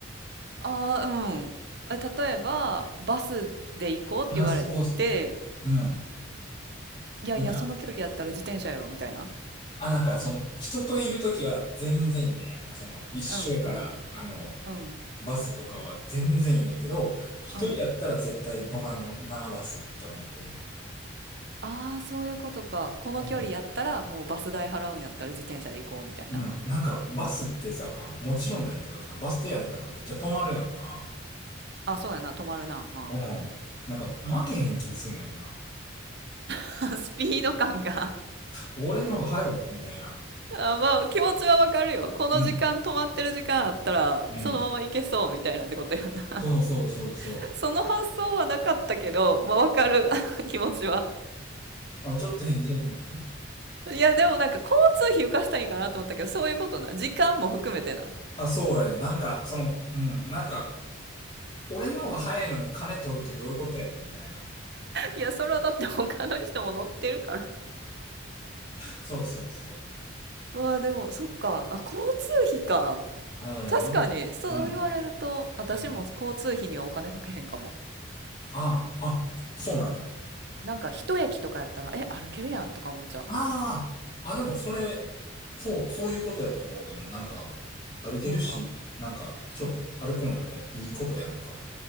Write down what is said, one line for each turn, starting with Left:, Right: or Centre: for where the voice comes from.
Right: あ。ああ、うん。え、例えば、バスで行こうって言われてて、
Left: あ、そう、うん。
Right: いやいや、
Left: なんか、
Right: その距離やったら自転車やろ、みたいな。
Left: あ、なんか、その、人といるときは全然いいね。なんか、その、一緒やから、
Right: うん、うん、
Left: あの、
Right: うん、
Left: バスとかは全然いいねんけど、一人やったら絶対乗らんな、
Right: うん。
Left: バスって思ってる。
Right: ああ、そういうことか。この距離やったら、
Left: うん
Right: もうバス代払うんやったら自転車で行こう、みたいな。
Left: うん。なんか、バスってさ、まあ、もちろんないけどさ、
Right: うん、
Left: バス停あるからめっちゃ止まるやんか。
Right: うん。あ、そうやな、止まるな。まあ、
Left: うん。
Right: うん。
Left: なんか、負けへん気すんねんな。
Right: <laughs> スピード感が
Left: 俺のが早い、みたいな。
Right: <laughs>。あまあ、気持ちはわかるよ。この時間、
Left: うん。
Right: 止まってる時間あったら、
Left: うん。
Right: そのまま行けそうみたいなってことやな。
Left: そうそうそうそ
Right: <laughs> その発想はなかったけど、まあわかる <laughs>、気持ちは。
Left: う。あ、ちょっと返事やと思って
Right: いや、でもなんか交通費浮かしたいんかなと思ったけど、そういうことな。時間も含めてな。
Left: あ、そうやね。なんか、その、うん。なんか、俺の方が早いのに金取るってどういうことやねん、みたいな。
Right: いや、それはだって他の人も乗ってるから。
Left: そうそうそ
Right: まあでも、そっか。あ、交通費か。
Left: う。うん。
Right: 確かに、
Left: うん。
Right: そう言われると、
Left: うん。
Right: 私も交通費にはお金かけへんかも。
Left: うんあ、あ、そうなんや。
Right: なんか一駅とかやったら、え、歩けるやんとか思っちゃ
Left: ああ、あ、でもそれ、そう、そういうことやと思う。でもなんか、歩けるし、
Right: う。なんか、
Left: なんか、
Right: そう。
Left: ちょっと歩くのもいいことやんか。